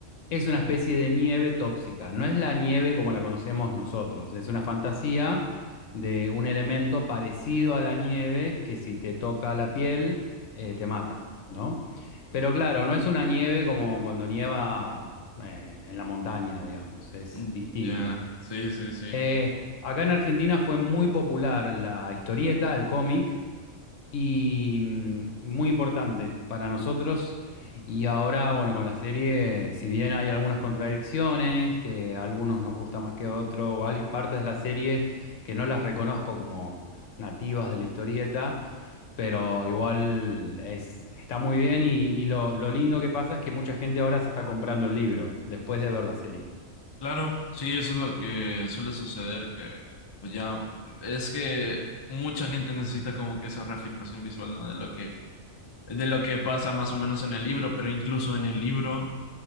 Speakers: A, on the left; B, on the left.
A: Es una especie de nieve tóxica, no es la nieve como la conocemos nosotros, es una fantasía de un elemento parecido a la nieve que si te toca la piel eh, te mata, ¿no? Pero claro, no es una nieve como cuando nieva eh, en la montaña, digamos, es
B: Mm,
A: distinta.
B: Ya, Sí, sí, sí.
A: Eh, acá en Argentina fue muy popular la historieta, el cómic, y mm, muy importante para nosotros. Y ahora, bueno, con la serie, si bien hay algunas contradicciones, que a algunos nos gusta más que otros, o hay partes de la serie que no las reconozco como nativas de la historieta, pero igual es, está muy bien y, y lo, lo lindo que pasa es que mucha gente ahora se está comprando el libro después de ver la serie.
B: Claro, sí, eso es lo que suele suceder, que pues ya es que mucha gente necesita como que esa reafirmación visual, ¿no? De lo que de lo que pasa más o menos en el libro, pero incluso en el libro